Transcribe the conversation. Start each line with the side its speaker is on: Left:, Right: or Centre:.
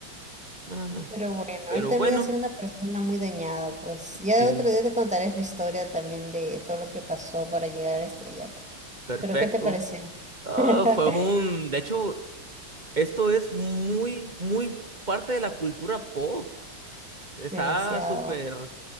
Right: Ay,
Centre: Pero bueno,
Right: pero
Centre: él también
Right: bueno,
Centre: ha sido una persona muy dañada, pues. Ya
Right: sí,
Centre: de otro día te contaré su historia también de todo lo que pasó para llegar al estrellato.
Right: perfecto.
Centre: Pero ¿qué te pareció?
Right: Ah,
Centre: <laughs>
Right: fue un, de hecho, esto es muy, muy parte de la cultura pop. Está
Centre: Demasiado.
Right: súper,